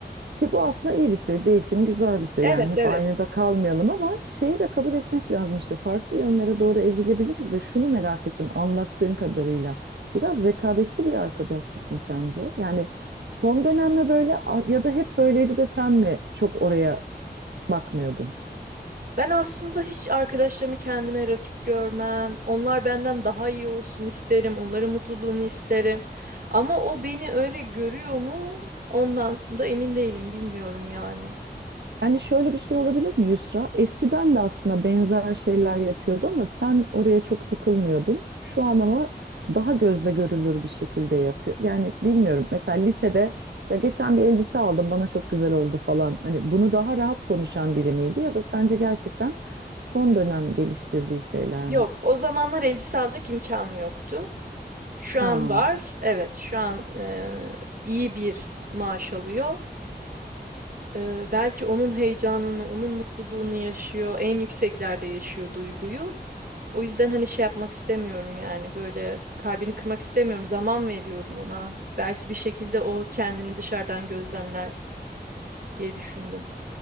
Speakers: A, on the right; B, on the right.
A: ki bu aslında iyi bir şey. Değişim güzel bir şey.
B: Evet
A: Yani hep
B: evet.
A: aynı da kalmayalım ama şeyi de kabul etmek lazım işte. Farklı yönlere doğru evrilebiliriz de şunu merak ettim anlattığın kadarıyla. Biraz rekabetçi bir arkadaşlık mı sence? Yani son dönem mi böyle a- ya da hep böyleydi de sen mi çok oraya bakmıyordun?
B: Ben aslında hiç arkadaşlarımı kendime rakip görmem. Onlar benden daha iyi olsun isterim. Onların mutluluğunu isterim. Ama o beni öyle görüyor mu? Ondan da emin değilim, bilmiyorum yani.
A: Yani şöyle bir şey olabilir mi Yusra? Eskiden de aslında benzer şeyler yapıyordu ama sen oraya çok takılmıyordun. Şu an ama daha gözle görülür bir şekilde yapıyor. Yani bilmiyorum. Mesela lisede ya geçen bir elbise aldım bana çok güzel oldu falan. Hani bunu daha rahat konuşan biri miydi ya da sence gerçekten son dönem geliştirdiği şeyler
B: Yok,
A: mi?
B: o zamanlar elbise alacak imkanı yoktu. Şu
A: Ha.
B: an var. Evet, şu an eee, iyi bir maaş alıyor. Eee, belki onun heyecanını, onun mutluluğunu yaşıyor. En yükseklerde yaşıyor duyguyu. O yüzden hani şey yapmak istemiyorum yani böyle kalbini kırmak istemiyorum. Zaman veriyorum ona. Belki bir şekilde o kendini dışarıdan gözlemler diye düşündüm.